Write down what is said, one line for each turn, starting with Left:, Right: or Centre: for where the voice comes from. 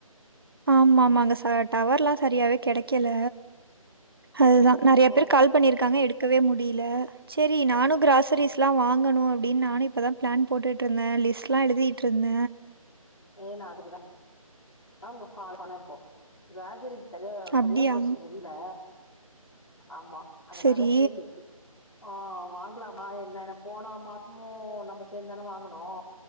Right: ஆமாமாங்க ச டவர்லா சரியாவே கெடைக்கல அதுதா நறையா
Left: ஓ
Right: பேர் கால் பண்ணிருக்காங்க எடுக்கவே முடில சேரி நானு கிராசரிஸ்லா வாங்கணு அப்டின் நானு இப்ப தா பிளேன் போட்டுட்ருந்த லிஸ்ட்லா எழுதீட்ருந்த
Left: ஏ நா அதுக்கு தா <inaudible> கால் பண்ண இப்போ கிரேசரிஸ் தரியா சரியா
Right: அப்படியா?
Left: போச்சு இங்க வீ ட்ல ஆமா அதனால
Right: சரி.
Left: சேரி ஆ வாங்கலாமா என்னனு போன மாசமு நம்ப சேந்தான வாங்கனு